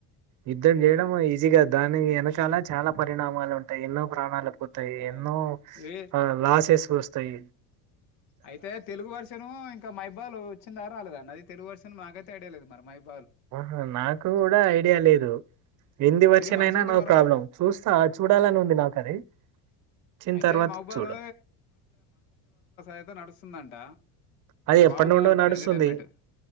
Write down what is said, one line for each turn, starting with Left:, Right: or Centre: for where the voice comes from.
Right: యుద్ధం చేయడం
Left: అదే అదే
Right: ఈజీ కాదు, దాని ఏనకాల చాలా పరిణామాలు ఉంటాయి ఎన్నో. ప్రాణాలు పోతాయి
Left: అదే
Right: ఎన్నో
Left: అదే ఏ
Right: లోసెస్ వస్ తయ్
Left: అయితే తెలుగు వర్షను ఇంకా మైబాల్ వచ్చింద రాలేదా నది తెలు గు వర్షన్ మాకైతే ఐడియా లేద్ మరి మై బ్
Right: ఆ హా నాకు కూడా ఐడియా లేదు. హిందీ వర్షన్
Left: ఇది మనశంకర
Right: అయినా నో
Left: వరప్ర
Right: ప్రాబ్లం చూస్తా చూడాలని ఉంది, నాకు అది వచ్చిన
Left: అయితే
Right: తర్వాత
Left: మహబాలో
Right: చూడు
Left: అదే నడుస్తుందంట
Right: అది ఎప్పటి
Left: బాగుందని
Right: నుండో
Left: అంటారు
Right: నడుస్తుంది.
Left: ఎంటర్టైన్మెంట్